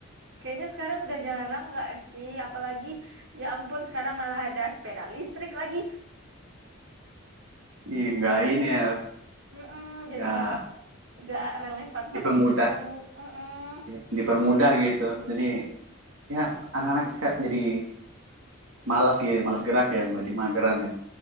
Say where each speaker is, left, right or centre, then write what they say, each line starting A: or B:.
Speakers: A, on the right; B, on the right.
A: Kayaknya sekarang udah jarang nggak sih? Apalagi, ya ampun, sekarang malah ada sepeda listrik lagi.
B: Ih, nggak ini ya,
A: Mm-mm, jadinya
B: ya
A: nggak relevan sama
B: dipermudah,
A: kita dulu. Mm-mm.
B: ya, dipermudah gitu. Jadi ya anak-anak seka- jadi malas gitu, malas gerak ya, jadi mageran ya.